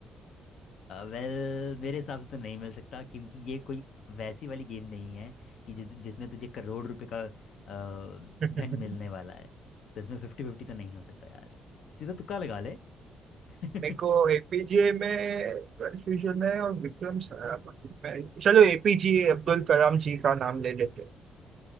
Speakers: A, on the left; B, on the right.
A: Well मेरे हिसाब से तो नहीं मिल सकता क्योंकि ये कोई वैसी वाली गेम नहीं है कि जिस जिसमें तुझे करोड़ रुपए का अ,
B: <laughs>
A: धन मिलने वाला है तो इसमें फिफ्टी फिफ्टी तो नहीं हो सकता यार सीधा तुक्का लगा ले <laughs>
B: मेरे को एपीजे में कंफ्यूजन है और विक्रम साराभाई में चलो एपीजे अब्दुल कलाम जी का नाम ले लेते हैं